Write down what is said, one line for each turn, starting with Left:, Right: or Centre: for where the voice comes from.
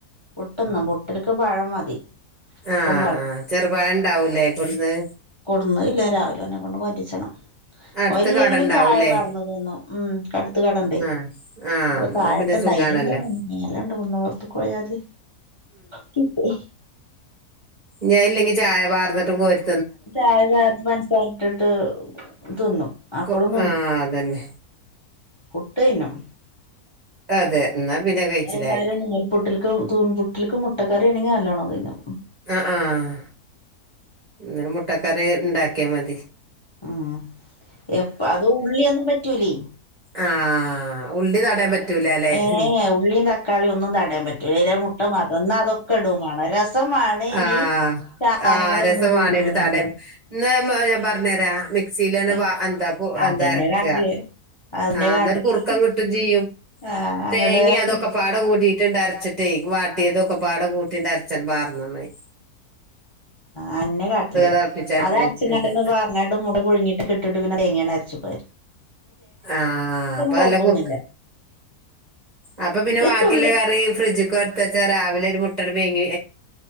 Left: പുട്ട്ന്നും പുട്ട്ൽക്ക് പഴം മതി പുട്ടും
Right: ആ ആ ചെറുപയം ണ്ടാവുലേ കൊട്ന്നേ
Left: കൊട്ന്നേല്ല രാവിലെഓനെ കൊണ്ട് മാറ്റിച്ചണം
Right: അടുത്ത്
Left: ഓൻ ല്ലെങ്കിലും
Right: കടണ്ടാവൂലേ
Left: ചായ പാർന്ന്തിന്നും ഉം കട്ത്ത് കടണ്ടേ
Right: ആഹ് ആഹ്
Left: വടെ തായതെന്നെ
Right: ന്നാ പിന്നെ സുഖാണല്ലോ
Left: <unintelligible> <unintelligible> പൊർത്ത് ക്കോയ തി കിട്ടും
Right: ഞാൻ ഇല്ലെങ്കി ചായ പാർന്ന്ട്ടും കോരി
Left: ചായ ലേസം പൻസാര ട്ട് ട്ട് തിന്നും അപ്പളും
Right: കൊ
Left: ത് ന്നും
Right: ആഹ് അതന്നെ
Left: പുട്ട് തിന്നും
Right: അതെ ന്നാ പിന്നെ കഴിച്ചിലായി
Left: അഹേമാരി നൂൽപ്പുട്ടിൽക്കും തൂൽപുട്ടിൽക്കും മുട്ടക്കറിയാണെങ്കി നല്ലോണം തൈഞ്ഞോ
Right: ആ ആഹ് ങ്ങനെ മുട്ടക്കറി ണ്ടാക്കിയാ മതി
Left: ഉം എപ്പ അതുള്ളിയൊന്നും പറ്റൂലേ
Right: ആആ ഹ് ഉള്ളി താടാൻ പറ്റൂല അല്ലെ
Left: ഏ
Right: ഉ
Left: ഉള്ളിയും തക്കാളിയും ഒന്നും തടയാൻ പറ്റൂല അയിലെ മുട്ട മാത്രം എന്നാ അതൊക്കെ ഇടും വേണം രസം വേണം ഇനി
Right: ആ
Left: സാധനങ്ങളൊന്നും
Right: ആ് രസമാണ്
Left: തിന്നൂല്ല
Right: ഒരു തടംന്ന് പറഞ്ഞരാ മിക്സിയില
Left: ഏ
Right: വ എന്താ
Left: അതന്നെ
Right: <inaudible> അരക്ക
Left: കാട്ടല് അതന്നെ
Right: ആ അന്നേര്
Left: കാട്ടല്
Right: കുറുക്കം കിട്ടോ ചെയ്യും
Left: ആ
Right: <inaudible>
Left: അങ്ങട്ട്
Right: തേങ്ങ അതൊക്കെ പാട കൂട്ടീട്ട് അരച്ചിട്ടേ വാട്ടിയതൊക്കെ പാട കൂ കുട്ടിന്റെ അരച്ചൻ പാർന്നന്നായി <unintelligible>
Left: ആ ന്നെ കാട്ടല്
Right: തിളപ്പിച്ചിട്ടിട്ട്
Left: അത് അരച്ചങ്ങട <inaudible> മുട്ട പുഴങ്ങിട്ട്ട്ടിട്ട് പിന്നെ തേങ്ങാങ്ങ് അരച്ചു പാ
Right: ആ അപ്പൊ
Left: കൊഴപ്പൊന്നുല്ല
Right: ല്ല കുറ അപ്പൊ പിന്നെ
Left: ഒരു
Right: ബാക്കിള്ള
Left: തുള്ളി
Right: കറി ഫ്രിഡ്ജ്തൊക്കെ വച്ചാ രാവിലെ ഒരു മുട്ടഒര് പുഴുങ്ങി